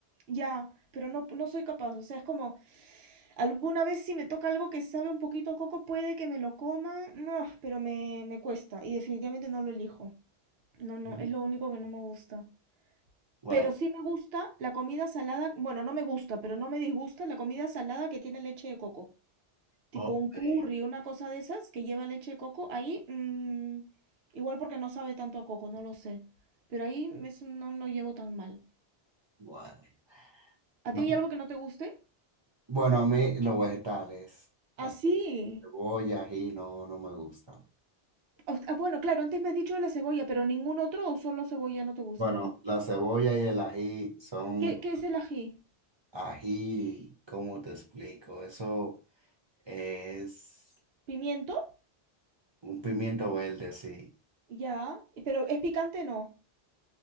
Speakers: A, on the right; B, on the right.
A: Ya, pero no, no soy capaz. O sea, es como, alguna vez si me toca algo que sabe un poquito a coco, puede que me lo coma. No, pero me, me cuesta. Y definitivamente no lo elijo. No, no,
B: <laughs> Ujú.
A: es lo único que no me gusta.
B: Bueno,
A: Pero sí me gusta la comida salada. Bueno, no me gusta, pero no me disgusta la comida salada que tiene leche de coco. Tipo
B: ok,
A: un curry, una cosa de esas que lleva leche de coco. Ahí, mm, igual porque no sabe tanto a coco, no lo sé. Pero ahí me- no lo llevo tan mal.
B: Bueno.
A: ¿A
B: No,
A: ti hay algo que no te guste?
B: Bueno, a mí los vegetales,
A: Así.
B: las cebollas, ají, no, no me gusta.
A: Aus- Ah, bueno, claro, antes me has dicho de la cebolla, pero ningún otro o solo cebolla no te gusta.
B: Bueno, la cebolla y el ají son
A: ¿Qué, qué es el ají?
B: ají, ¿cómo te explico? Eso es
A: ¿Pimiento?
B: un pimiento verde, sí.
A: Ya. Y- Pero es picante, no.